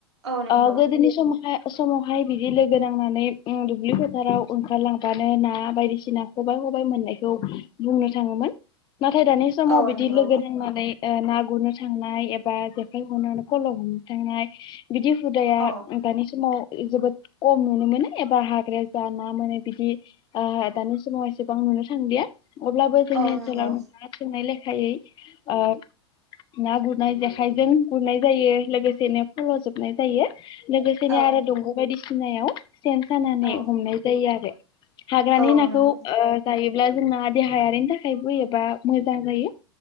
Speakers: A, on the right; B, on the left.
A: औ नंगौ
B: ओ गोदोनि समाव हाय समावहाय बिदि लोगो नांनानै ओम दुब्लि फोथाराव ओंखारलां दानो ना बायदिसिना खबाइ खबाइ मोननायखौ बुंनो थाङोमोन । नाथाय दानि समाव
A: औ
B: बिदि
A: नंगौ
B: लोगो नांनानै ना गुरनो थांनाय एबा जेखाइ हनो खल' हमनो थांनाय बिदि हुदाया
A: औ
B: दानि समाव जोबोद कम नुनो मोनो एबा हाग्राया जा ना मोनो बिदि ओ-दानि समाव एसेबां नुनो थांलिया अब्लाबो जोंनि
A: औ
B: ओनसोलाव
A: नंगौ
B: नोंथाङा सोंनायले खायै ओ ना गुरनाय जेखाइजों गुरनाय जायो लोगोसेनो फल'जोबनाय जायो । लोगोसेनो
A: औ
B: आरो दंग' बायदिसिनायाव सेन सानानै
A: औ
B: हमनाय जायो आरो । हाग्रानि
A: औ
B: नाखौ
A: नंगौ
B: ओ- जायो । अब्ला जोंना देहायारिनि थाखायबो एबा मोजां जायो